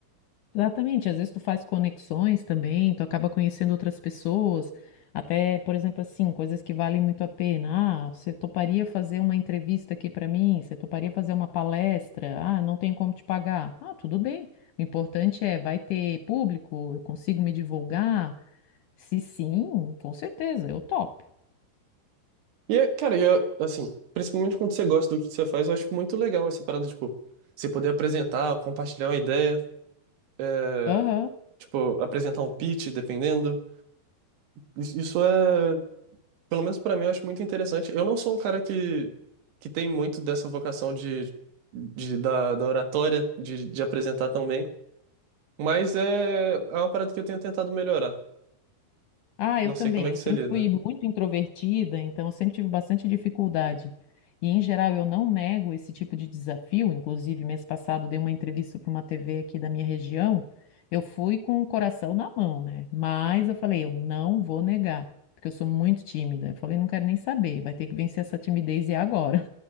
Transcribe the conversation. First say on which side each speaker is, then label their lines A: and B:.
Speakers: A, on the left; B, on the right.
A: Exatamente, às vezes tu faz conexões também, tu acaba conhecendo outras pessoas, até, por exemplo, assim, coisas que valem muito a pena. Ah, você toparia fazer uma entrevista aqui para mim? Você toparia fazer uma palestra? Ah, não tem como te pagar. Ah, tudo bem. O importante é, vai ter público? Eu consigo me divulgar? Se sim, com certeza, eu topo.
B: E, é- cara, e eu, assim, principalmente quando você gosta do que você faz, eu acho muito legal essa parada, tipo, você poder apresentar, compartilhar uma ideia. é,
A: Aham.
B: tipo, apresentar um pitch, dependendo. Isso isso é, pelo menos pra mim, eu acho muito interessante. Eu não sou um cara que, que tem muito dessa vocação de, de da, da oratória, de, de apresentar tão bem, mas é, é uma parada que eu tenho tentado melhorar.
A: Ah,
B: Não
A: eu também.
B: sei como é que
A: Eu sempre
B: você lida.
A: fui muito introvertida, então eu sempre tive bastante dificuldade. E, em geral, eu não nego esse tipo de desafio. Inclusive, mês passado, dei uma entrevista para uma TV aqui da minha região. Eu fui com o coração na mão, né? Mas eu falei, eu não vou negar, porque eu sou muito tímida. Eu falei, não quero nem saber, vai ter que vencer essa timidez e é agora.